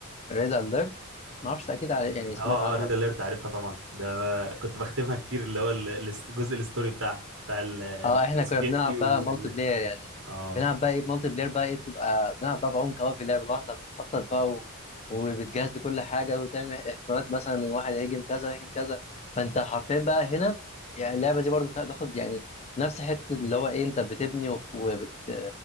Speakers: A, on the left; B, on the right.
A: ريد أليرت معرفش أكيد على- يعني
B: اه
A: سمعت عنها
B: اه ريد
A: قبل
B: اليرت
A: كده
B: عارفها طبعا ده أنا كنت بختمها كتير اللي هو ال- الست- الجزء الستوري بتاعها بتاع ال- الاتحاد
A: اه احنا
B: السوفيتي
A: كنا بنلعب
B: وال
A: بقى مالتي بلاير يعني
B: اه
A: بنلعب بقى ايه مالتي بلاير بقى ايه بتبقى بنلعب بقى بعمق قوي في اللعب اللي هو احنا بنخطط بقى و... وبتجهز لكل حاجه وتعمل احتمالات مثلا ان واحد هيهاجم كذا هيهاجم كذا فانت حرفيا بقى هنا يعني اللعبه دي برضو بتاخد يعني نفس حته اللي هو ايه انت بتبني وبت وبت...